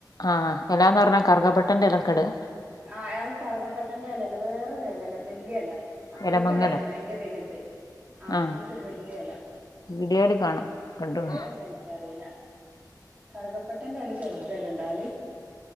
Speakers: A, on the left; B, on the right.
A: ആഹ് എല്ലാന്നർഞ്ഞാ കറുകപട്ടന്റെ എലട്ക്കടാ
B: ആഹ് ഏയ് കറ്കപ്പട്ടന്റെ എലല്ല വേറൊര് എലല്ലേ വല്യയല അത്പോൽത്തൊരല്ലന്നെ
A: എലമങ്ങലോ
B: അയ്ന്റെ വലുത് ആഹ്
A: ആ
B: ങ്ങൻത്തൊരു വല്യ എല
A: വീഡിയോയില് കാണാം കണ്ട്ണ്
B: പേരെന്താ ൻക്കറീല കറ്കപ്പട്ടന്റെ എല ചെറ്തല്ലേണ്ടാവല്